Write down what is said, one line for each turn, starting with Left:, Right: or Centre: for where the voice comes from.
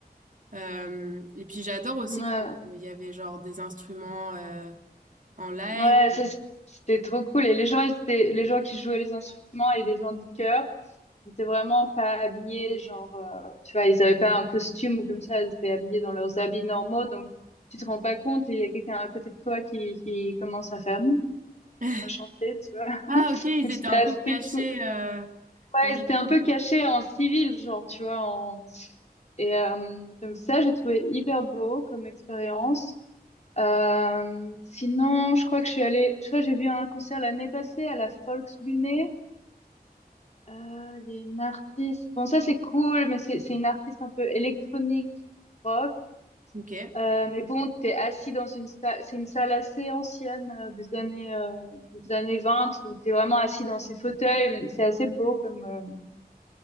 Right: Euh, et puis j'adore aussi
Left: Ouais,
Right: qu'il y avait genre des instruments euh, en live.
Left: ouais, ça, c- c'était trop cool. Et les gens, ils étaient, les gens qui jouaient les instruments et les gens du chœur, ils étaient vraiment pas habillés, genre, euh, tu vois, ils avaient pas un costume ou comme ça, ils étaient habillés dans leurs habits normaux, donc tu te rends pas compte et il y a quelqu'un à côté de toi qui, qui commence à faire, Hum
Right: <laughs>
Left: à chanter, tu vois. <laughs>
Right: Ah ok, ils
Left: Donc
Right: étaient
Left: c'était
Right: un
Left: assez
Right: peu cachés
Left: cool.
Right: euh,
Left: Ouais,
Right: dans la
Left: ils étaient un
Right: foule.
Left: peu cachés en civil, genre, tu vois. En... Et euh, donc ça, j'ai trouvé hyper beau comme expérience. Euh, sinon, je crois que je suis allée, je crois que j'ai vu un concert l'année passée à la Volksbühne. Euh, Il y a une artiste, bon ça c'est cool, mais c'est c'est une artiste un peu électronique, rock.
Right: Ok.
Left: Euh, mais bon, t'es assis dans une salle, c'est une salle assez ancienne euh, des années euh, des années 20, donc t'es vraiment assis dans ces fauteuils. mais C'est assez beau comme euh,